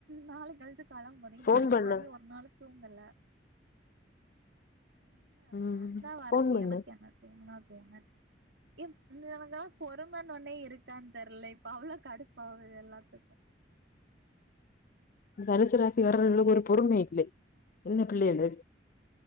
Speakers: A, on the right; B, on the left.
A: நாலு கழிச்சு காலம் போனி இது
B: ஃபோன்
A: வரைக்கும்
B: பண்ணு
A: மதியம் ஒரு நாளு தூங்கல அது தான்
B: ம்
A: அதான் வரட்டும்
B: ஃபோன் பண்ணு
A: எனக்கு என்னது தூங்குனா தூங்க எம் என்னக்குல்லாம் பொறும ஒன்னே இருக்கான்னு தெர்ல இப்ப அவ்ளோ கடுப் பா ஆவுது எல்லாத்துக்கும்
B: இந்த தனுசுராசி வரறளுக்கு ஒரு பொறுமை இல்லே என்ன பிள்ளைளு